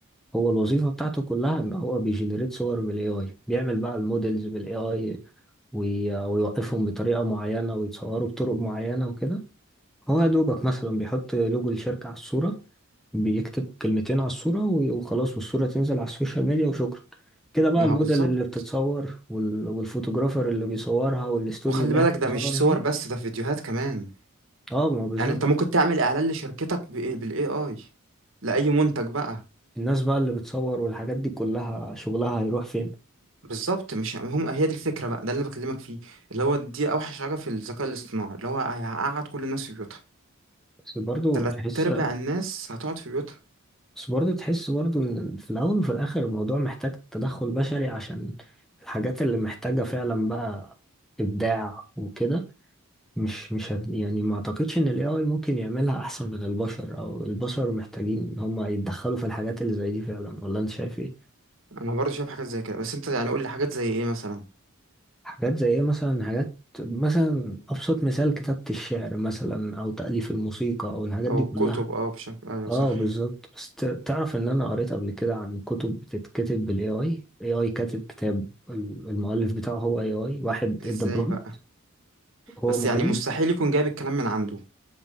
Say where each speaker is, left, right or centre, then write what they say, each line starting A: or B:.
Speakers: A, in the centre; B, on the right.
A: هو الوظيفة بتاعته كلها ان هو بيجنريت صور بالاي اي بيعمل بقى المودلز بالاي اي ويوقفهم بطريقة معينة ويتصوروا بطرق معينة وكده هو يا دوبك مثلا بيحط لوجو الشركة على الصورة بيكتب كلمتين على الصورة و- وخلاص والصورة تنزل على السوشيال ميديا وشكرا كده بقى
B: ما
A: الموديل
B: هو بالظبط
A: اللي بتتصور وال- والفوتوغرافر اللي بيصورها والاستوديو
B: وخلي
A: اللي
B: بالك
A: هي بتتصور
B: ده مش صور
A: فيه
B: بس ده فيديوهات كمان
A: اه ما هو بالظبط
B: يعني انت ممكن تعمل اعلان لشركتك بإيه- بالاي اي لاي منتج بقى
A: الناس بقى اللي بتصور والحاجات دي كلها شغلها هيروح فين
B: بالظبط مش هم هي دي الفكره بقى ده اللي بكلمك فيه اللي هو دي اوحش حاجه في الذكاء الاصطناعي اللي هو هيقعد كل الناس في بيوتها
A: بس برضو
B: تلات
A: تحس
B: ارباع الناس هتقعد في بيوتها
A: بس برضو تحس برضو ان في الاول وفي الاخر الموضوع محتاج تدخل بشري عشان الحاجات اللي محتاجة فعلا بقى ابداع وكده مش مش هت- يعني ما اعتقدش ان الاي اي ممكن يعملها احسن من البشر او البشر محتاجين ان هم يتدخلوا في الحاجات اللي زي دي فعلا ولا انت شايف ايه
B: انا برضه شايف حاجات زي كده بس انت يعني قول لي حاجات زي ايه مثلا
A: حاجات زي ايه مثلا حاجات مثلا ابسط مثال كتابة الشعر مثلا او تأليف الموسيقى او الحاجات
B: او
A: دي
B: الكتب
A: كلها
B: اه بشكل ايوه
A: اه
B: صح
A: بالظبط بس ت- تعرف ان انا قريت قبل كده عن كتب بتتكتب بالاي اي اي اي كاتب كتاب الم- المؤلف بتاعه هو اي اي واحد
B: ازاي
A: ادى برومبت
B: بقى
A: هو
B: بس
A: مؤلف
B: يعني مستحيل يكون جايب الكلام من عنده